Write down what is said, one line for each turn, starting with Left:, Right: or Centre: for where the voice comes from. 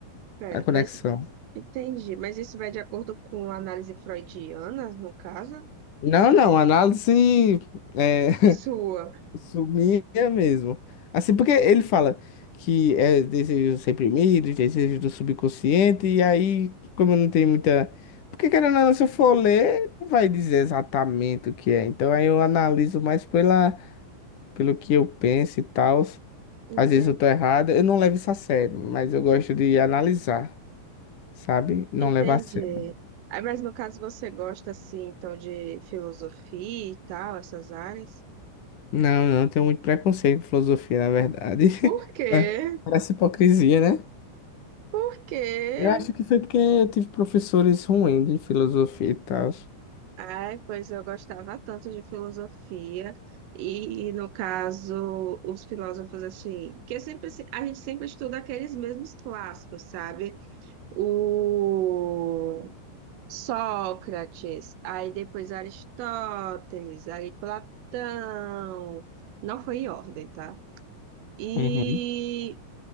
Right: pera,
Left: a conexão.
Right: mas entendi. Mas isso vai de acordo com a análise freudiana, no caso?
Left: Não, não, análise. é,
Right: Sua.
Left: Sumia mesmo. Assim, porque ele fala que é desejos reprimidos, desejos do subconsciente, e aí, como não tem muita. Porque querendo ou não, se eu for ler, não vai dizer exatamente o que é. Então aí eu analiso mais pela, pelo que eu penso e tal.
Right: Entendi.
Left: Às vezes eu tô errado, eu não levo isso a sério, mas eu gosto de analisar, sabe? Não
Right: Entendi.
Left: levar a sério.
Right: Aí, mas no caso você gosta, assim, então, de filosofia e tal, essas áreas?
Left: Não, não, eu tenho muito preconceito com filosofia, na verdade.
Right: Por
Left: <laughs>
Right: quê?
Left: É, Parece hipocrisia, né?
Right: Por quê?
Left: Eu acho que foi porque eu tive professores ruins de filosofia e tal.
Right: Ai, pois eu gostava tanto de filosofia, e, e, no caso, os filósofos assim, que sempre se- a gente sempre estuda aqueles mesmos clássicos, sabe? O Sócrates, aí depois Aristóteles, aí Platão, não foi em ordem, tá? e
Left: Uhum.